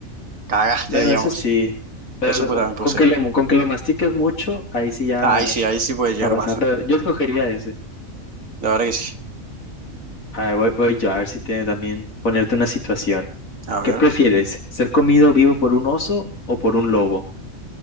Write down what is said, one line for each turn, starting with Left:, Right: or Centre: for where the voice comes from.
Right: cagaste,
Left: Bueno,
Right: digamos.
Left: eso sí, pero
Right: Eso puede, también puede
Left: con
Right: ser.
Left: que lo, con que lo mastiques mucho, ahí sí ya
Right: Ahí sí, ahí sí puede llegar
Left: va a pasar.
Right: a pasar.
Left: Pero Yo escogería ese.
Right: La verdad que sí.
Left: A ver, voy, voy yo a ver si te también ponerte una situación.
Right: A ver.
Left: ¿Qué prefieres? ¿Ser comido vivo por un oso o por un lobo?